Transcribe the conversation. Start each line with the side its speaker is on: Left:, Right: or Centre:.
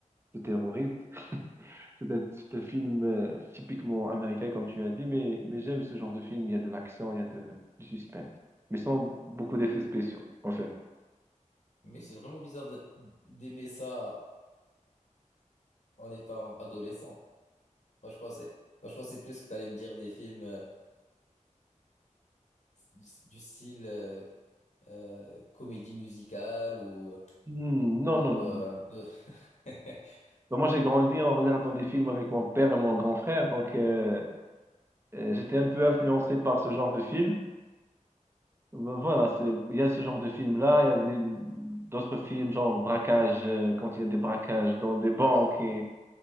Right: de terroristes. C'est un, c'est un film euh, typiquement américain, comme tu as dit, mais, mais j'aime ce genre de film. Il y a de l'action, il y a de, du suspense, mais sans beaucoup d'effets spéciaux, en fait.
Left: Mais c'est vraiment bizarre de- d'aimer ça en étant adolescent. Moi, je pensais, moi, je pensais plus que t'allais me dire des films euh, du, du style euh, euh, comédie musicale ou,
Right: Hmm, non,
Left: ou
Right: non, non,
Left: euh,
Right: non.
Left: un peu... <laughs>
Right: Ben, Moi, j'ai grandi en regardant des films avec mon père et mon grand frère, donc euh, euh, j'étais un peu influencé par ce genre de film. Ben, voilà, c'est, il y a ce genre de film-là, il y a des- d'autres films, genre braquage, euh, quand il y a des braquages dans des banques et